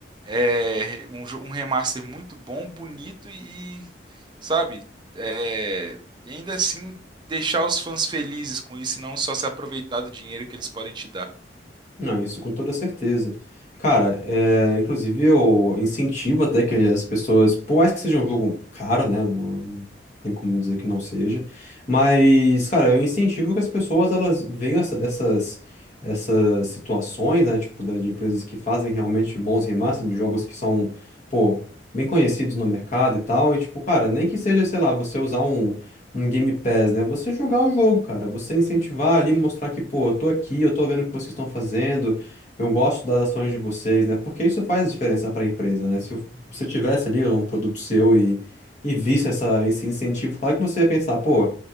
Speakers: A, on the right; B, on the left.
A: é um, jo- um remaster muito bom, bonito e, sabe, é, e ainda assim deixar os fãs felizes com isso e não só se aproveitar do dinheiro que eles podem te dar.
B: Não, isso com toda certeza. Cara, é, inclusive eu incentivo até que as pessoas, por mais que seja um jogo caro, né? Não não tem como dizer que não seja. Mas, cara, eu incentivo que as pessoas elas vejam essa- essas, essas situações, né? Tipo, da- de empresas que fazem realmente bons remasters de jogos que são, pô, bem conhecidos no mercado e tal. E, tipo, cara, nem que seja, sei lá, você usar um um Game Pass, né? Você jogar o jogo, cara. Você incentivar ali, mostrar que, pô, eu tô aqui, eu tô vendo o que vocês estão fazendo, eu gosto das ações de vocês, né? Porque isso faz diferença para a empresa, né? Se você tivesse ali um produto seu e, e visse essa, esse incentivo, claro que você ia pensar, pô,